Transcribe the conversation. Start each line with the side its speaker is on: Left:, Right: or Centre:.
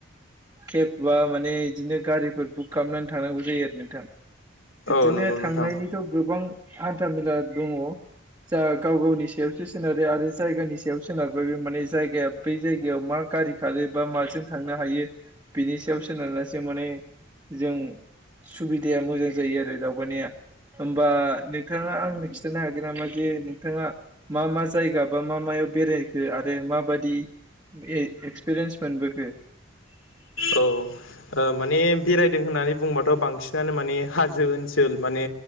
Right: केब बा माने बिदिनो गारिफोर बुक खालामनानै थांनांगौ जायो आरो नोंथां बिदिनो
Left: औ नंगौ
Right: थांनायनिथ'
Left: नोंथां
Right: गोबां हान्थ मेला दङ जा गाव गावनि सायावसो सोनारो आरो जायगानि सायाव सोनारबाय बे माने जायगाया बै जायगायाव मा गारि खारो बा माजों थांनो हायो बिनि सायाव सोनारनासो माने जों सुबिदाया मोजां जायो आरो दावबायनाया होमबा नोंथाङा आंनो खिथानो हागोन नामा? जे नोंथाङा मा मा जायगा बा मा मायाव बेरायखो आरो माबादि ए एक्सपिरियेन्स मोनबोखो?
Left: औ ओ माने बेरायदों होननानै बुंबाथ' बांसिनानो माने हाजो ओनसो सोल माने